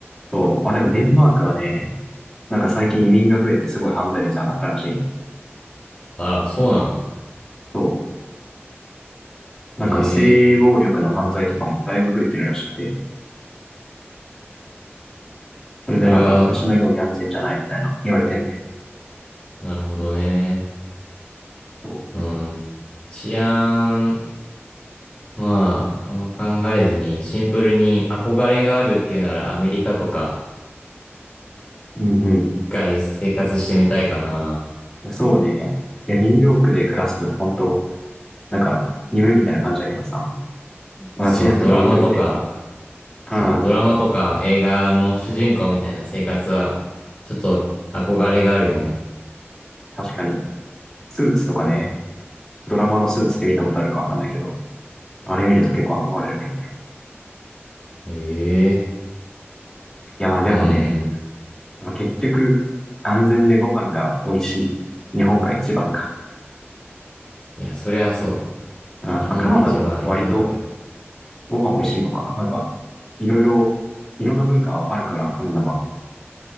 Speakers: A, in the centre; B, on the left (about 30°).
A: そう。あ、でもデンマークはね、なんか最近移民が増えてすごい犯罪率上がったらしい。
B: あ、そうなの。
A: そう。なんか性暴力の犯罪とかもだいぶ増えてるらしくて、
B: ええ、
A: それでなんか昔のように安全じゃないみたいな言われてるね。
B: それは、なるほどね。
A: う
B: うん。治安、まあ、あんま考えずに、シンプルに憧れがあるっていうならアメリカとか、
A: んうん。い
B: 一回生活してみたいかな。
A: やそうね。いや、ニューヨークで暮らすと本当、なんか、夢みたいな感じだけどさ。まあ、
B: そう、
A: 治安とか置いといて。
B: ドラマとか、
A: うん。
B: そう、ドラマとか映画の主人公みたいな生活は、ちょっと憧れがあるよね。
A: 確かに。スーツとかね、ドラマのスーツって見たことあるかわかんないけど、あれ見ると結構憧れるけどね。
B: ええ、
A: いや、まあでもね、
B: うん。
A: まあ、結局、安全でご飯が美味しい日本が一番か。
B: いや、そりゃそう。
A: うん。まあ、
B: 日本が一番よくある。
A: カナダも割とご飯美味しいのかな。なんか、いろいろ、いろんな文化あるから、カナダは。